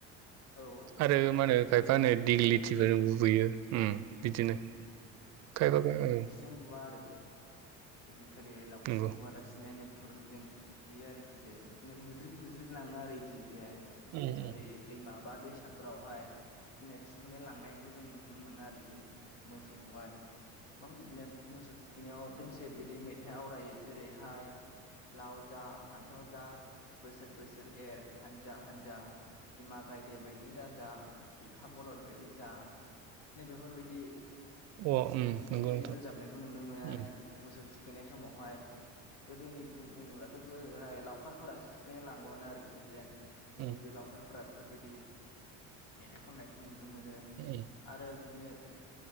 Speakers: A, on the left; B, on the right.
A: औ औ
B: आरो मा होनो
A: नैबे
B: खायफा
A: बिलाइ
B: नो दिगिलिथिफोरजोंबो बुयो उम बिदिनो खायफाबा ओ
A: जों बुवा आरो ऐदिनखालि लावथिजों
B: नंगौ
A: गुवालासिनो नै बेफोरबायदिजों बुयो आरोखि जे बिदिनो बुज्रिद बुज्रिद लाङो आरोखि जे
B: उम उम
A: ओरै दैमा बा दैसाफोरावहाय। बिदिनो थुखैनो लांनायखौ जों नुनो मोनो आरोखि मोसौखौहाय गोबां बिदिनो मोसौ थुखैनायाव दोंसे बिदि मेथाइ आवरायो जेरैहाय लाव जा फान्थाव जा बोसोर बोसोर एर हानजा-हानजा बिमा गायदे बायदि दाजा बिफा बलद बायदि जा। नै बेफोरबायदि
B: अ उम
A: मेथाइ
B: नंगौ नोंथां
A: रोजाबनायखौ नुनो मोनो आरोखि।
B: उम उम
A: मोसौ थुखैनाय समावहाय गोदोनिखौ बुङोब्लाथ' गोदोहाय लावखारफोरासो थुखैनो लाङोमोन आरोखि जेन
B: उम
A: नैबे लावखारफोरा बेफोरबायदि मेथाइ खननायखौ नुनो मोनो।
B: उम
A: आरो बिदिनो